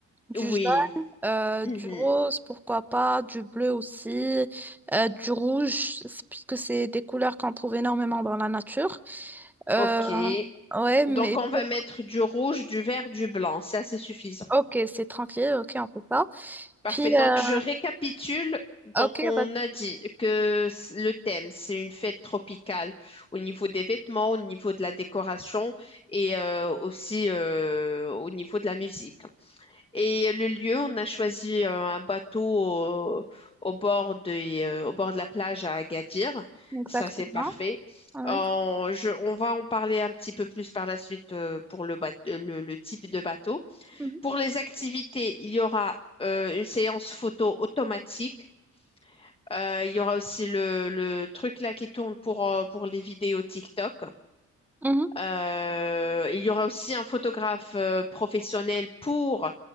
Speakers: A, in the centre; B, on the left (about 20°).
A: du
B: Oui.
A: jaune, euh,
B: Mhm.
A: du rose, pourquoi pas, du bleu aussi, euh, du rouge, c'est- puisque c'est des couleurs qu'on trouve énormément dans la nature. Euh,
B: Ok.
A: ouais, mais
B: Donc, on va
A: pour...
B: mettre du rouge, du vert, du blanc. Ça, C'est assez suffisant.
A: Ok, c'est tranquille, ok, on peut pas.
B: Parfait.
A: Puis,
B: Donc,
A: euh,
B: je récapitule.
A: ok,
B: Donc, on
A: vas-y,
B: a dit que c- le thème, c'est une fête tropicale au niveau des vêtements, au niveau de la décoration et euh, aussi euh, au niveau de la musique. Et le lieu, on a choisi euh, un bateau au, au bord des, euh, au bord de la plage à Agadir.
A: exactement.
B: Ça, c'est parfait.
A: Ouais.
B: On, je- on va en parler un petit peu plus par la suite euh, pour le, bate- euh, le, le type de bateau.
A: Mhm.
B: Pour les activités, il y aura euh, une séance photo automatique. Euh, il y aura aussi le, le truc là qui tourne pour, euh, pour les vidéos TikTok.
A: Mhm.
B: Euh, il y aura aussi un photographe euh, professionnel pour